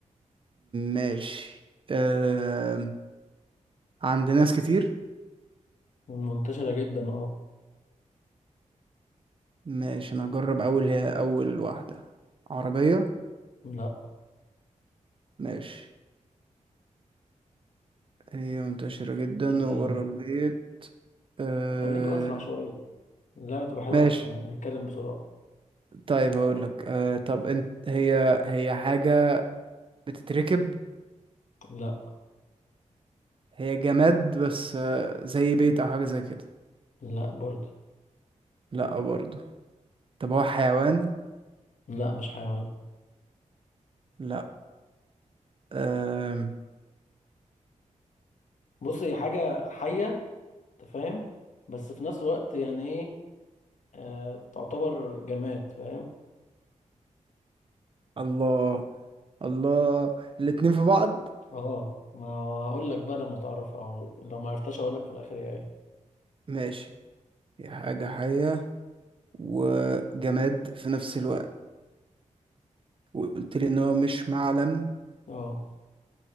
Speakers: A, on the right (about 40°); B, on the left (about 70°).
A: ماشي آه عند ناس كتير
B: منتشرة جدا اه
A: ماشي انا هجرب اول هي اول واحدة عربية
B: لا
A: ماشي هي منتشرة جدا
B: ايه تاني
A: وبره البيت آه...
B: خليك اسرع شوية اللعبة تبقى حلوة
A: ماشي
B: احنا بنتكلم بسرعة
A: طيب هقول لك آه... طب انت هي هي حاجة بتتركب
B: لا
A: هي جماد بس آه... زي بيت او حاجة زي كده
B: لا برضو
A: لا برضو طب هو حيوان
B: لا مش حيوان
A: لا آه...
B: بص هي حاجة حية انت فاهم بس في نفس الوقت يعني ايه آه تعتبر جماد فاهم
A: الله الله الاتنين في بعض
B: اه ما اقول لك بقى لما تعرف او لو ما عرفتش اقول لك في الاخر هي ايه
A: <laughs> ماشي هي حاجة حية وجماد في نفس الوقت وقلت لي ان هو مش معلم
B: اه